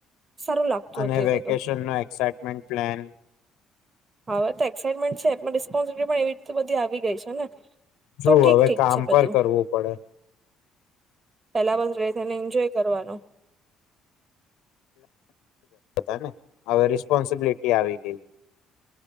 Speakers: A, on the right; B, on the left.
A: સારું લાગતું
B: અને
A: હતું એ
B: વેકેશન
A: બધું
B: નો એક્ટમેન્ટ પ્લેન.
A: હવે તો એક્સાઈટમેન્ટ છે એમાં રિસ્પોન્સિબટી પણ એવી રીતે બધી આવી ગઈ છે ને.
B: શું
A: તો ઠીક
B: હવે
A: ઠીક
B: કામ
A: છે બધું
B: પર કરવું પડે.
A: પેલા બસ ર રહે ને એન્જોય કરવાનું.
B: હતા ને હવે રિસ્પોન્સિબિલિટી આવી ગઈ.